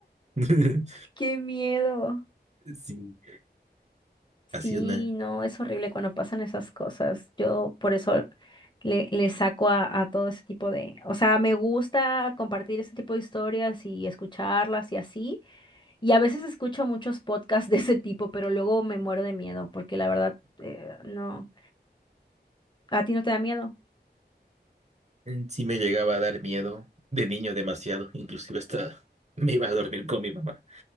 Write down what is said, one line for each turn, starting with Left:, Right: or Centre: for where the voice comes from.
Right: <laughs>
Left: Qué miedo.
Right: Sí,
Left: Sí,
Right: así una.
Left: no, es horrible cuando pasan esas cosas. Yo por eso le, le saco a, a todo ese tipo de... O sea, me gusta compartir ese tipo de historias y escucharlas y así. Y a veces escucho muchos podcasts de ese tipo, pero luego me muero de miedo porque la verdad, eh, no. ¿A ti no te da miedo?
Right: Mm, <laughs> Sí me llegaba a dar miedo de niño demasiado, inclusive hasta me iba a dormir con mi mamá